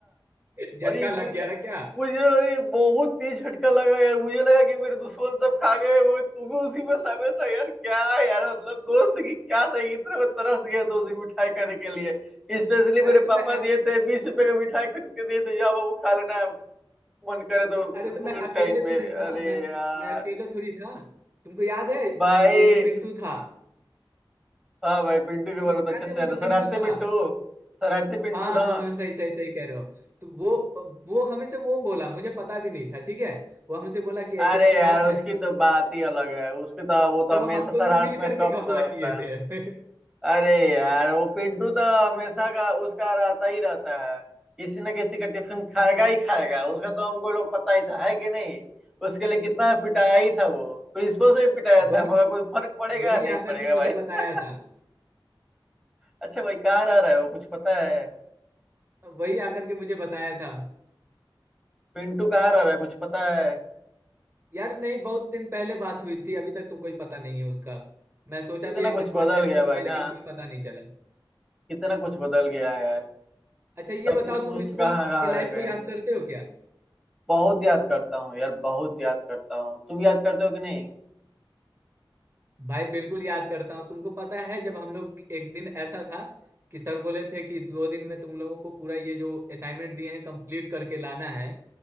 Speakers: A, on the right; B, in the centre.
A: <laughs> झटका
B: अरे मतलब
A: लग गया ना क्या
B: मुझे अरे बहुत तेज झटका लगा यार मुझे लगा कि मेरे दुश्मन सब खा गए मगर तू भी उसी में शामिल था यार क्या यार मतलब दोस्त की क्या था इतना मैं तरस गया था उस दिन मिठाई खाने के लिए स्पेशली
A: अरे
B: मेरे
A: तो
B: पापा
A: मैं अक,
B: दिए थे बीस रुपए का मिठाई खरीद के दिए थे जा बाबू खा लेना मन करे तो
A: अरे
B: स्कूल
A: तो मैं अकेले
B: टाइम में
A: थोड़े
B: अरे
A: था मैं
B: यार
A: मैं अकेले थोड़ी था तुमको याद है
B: भाई
A: वो जो पिंटू था
B: हाँ भाई पिंटू के बारे
A: तुमको
B: में तो अच्छे
A: याद
B: से
A: है
B: याद
A: वो
B: है
A: जो
B: शरारते
A: पिंटू था
B: पिंटू शरारती पिंटू
A: हाँ
B: ना
A: हाँ हाँ, सही सही सही कह रहे हो तो वो वो हमें से वो बोला मुझे पता भी नहीं था ठीक है वो हमसे बोला कि ऐसी
B: अरे
A: ऐसी
B: यार
A: बात है
B: उसकी तो बात ही अलग है उसकी तो वो तो
A: तब
B: हमेशा
A: वो हम
B: शरारत
A: दोनों मिल
B: में
A: करके
B: टॉप
A: घपला
B: रहता
A: किए
B: है
A: थे
B: अरे यार वो पिंटू तो हमेशा का उसका रहता ही रहता है किसी न किसी का टिफिन खाएगा ही खाएगा उसका तो हमको लोग पता ही था है कि नहीं उसके लिए कितना पिटाया ही था वो प्रिंसिपल से भी पिटाया
A: <laughs> वही
B: था मगर कोई फर्क पड़ेगा
A: वही
B: नहीं
A: आकर
B: पड़ेगा
A: के मुझे
B: भाई
A: बताया
B: <laughs>
A: था
B: अच्छा भाई कहाँ रह रहा है वो कुछ पता है
A: वही आकर के मुझे बताया था
B: पिंटू कहाँ रह रहा है कुछ पता है
A: यार नहीं बहुत दिन पहले बात हुई थी अभी तक तो कोई पता नहीं है उसका मैं सोचा
B: कितना
A: भी एक
B: कुछ
A: दिन
B: बदल
A: कांटेक्ट
B: गया
A: करूंगा
B: भाई
A: लेकिन
B: ना
A: कोई पता नहीं चला
B: कितना कुछ बदल गया है यार
A: अच्छा ये
B: सभी
A: बताओ
B: दोस्त
A: तुम स्कूल
B: कहाँ कहाँ
A: के लाइफ
B: है गए
A: को याद करते हो क्या
B: बहुत याद करता हूँ यार बहुत याद करता हूँ तुम याद करते हो कि नहीं
A: भाई बिल्कुल याद करता हूँ तुमको पता है जब हम लोग एक दिन ऐसा था कि सर बोले थे कि दो दिन में तुम लोगों को पूरा ये जो असाइनमेंट दिए हैं कंप्लीट करके लाना है